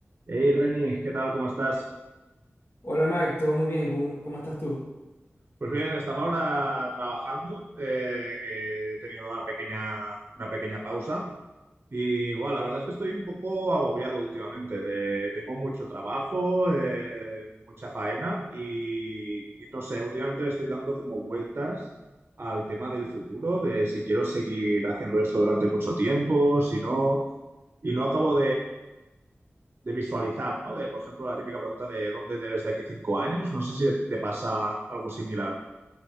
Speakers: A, on the right (about 45°); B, on the left (about 60°).
A: Hey Reni, ¿qué tal? ¿Cómo estás?
B: Hola Marc, todo muy bien, ¿cómo, cómo estás tú?
A: Pues bien, estaba ahora trabajando, eh, que he tenido una pequeña, una pequeña pausa y bueno, la verdad es que estoy un poco agobiado últimamente. de- tengo mucho trabajo, eh, mucha faena y, y no sé, últimamente le estoy dando como vueltas al tema del futuro, de si quiero seguir haciendo esto durante mucho tiempo, si no, y no acabo de visualizar, ¿no? De, por ejemplo, la típica pregunta de ¿dónde te ves de aquí cinco años? No sé si te pasa algo similar.